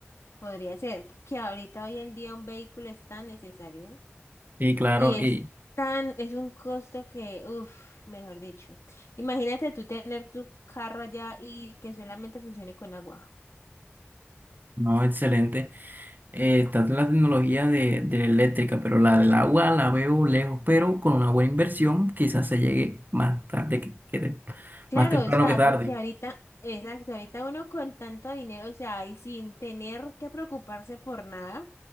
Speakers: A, on the left; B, on the right.
A: podría ser, que ahorita hoy en día un vehículo es tan necesario.
B: sí, claro,
A: Y es
B: y
A: tan, es un costo que, uff, mejor dicho. Imagínate tú tener tu carro allá y que solamente funcione con agua.
B: no, excelente. Eh, está la tecnología de, de la eléctrica, pero la del agua la veo lejos, pero con una buena inversión quizás se llegue más tarde que, que tem-
A: Claro,
B: más temprano
A: o sea,
B: que tarde.
A: porque ahorita, exacto, ahorita uno con tanto dinero, o sea, y sin tener que preocuparse por nada,